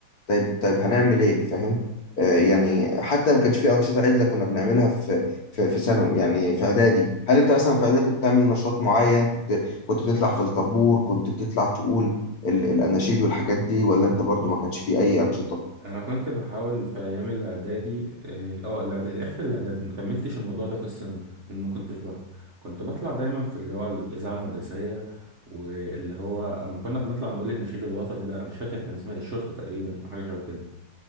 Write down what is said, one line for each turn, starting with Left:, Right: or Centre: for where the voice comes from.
Left: طيب طيب هنعمل ايه فاهم آه يعني حتى ما كانش في انشطه عدله كنا بنعملها في في في ثانوي يعني في اعدادي هل انت مثلا في اعدادي كنت تعمل نشاط معين كنت كنت بتطلع في الطابور كنت بتطلع تقول ال- الاناشيد والحاجات دي ولا انت برضو ما كانش في اي انشطه
Right: انا كنت بحاول في ايام الاعدادي اه آه، الاعدادي اخر الاعدادي ما كملتش الموضوع ده في الثانوي لان ما كنتش بحضر كنت بطلع دايما في اللي هو الاذاعه المدرسيه واللي هو اما كنا بنطلع نقول النشيد الوطني ده انا مش فاكر كان اسمها إيه، الشرطه تقريبا او حاجه شبه كده